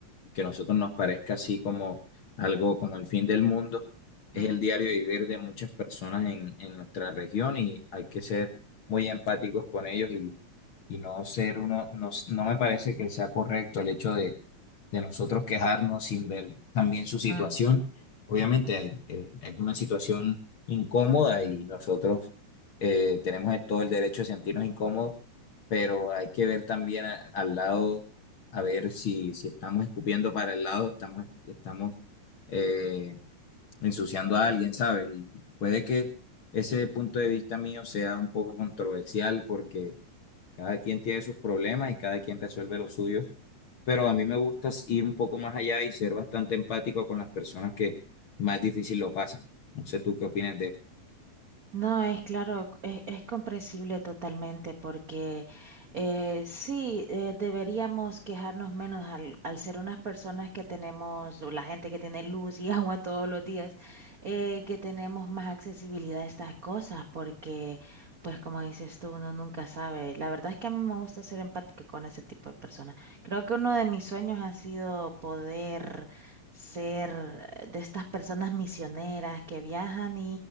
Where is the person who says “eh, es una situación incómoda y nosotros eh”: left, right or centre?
Left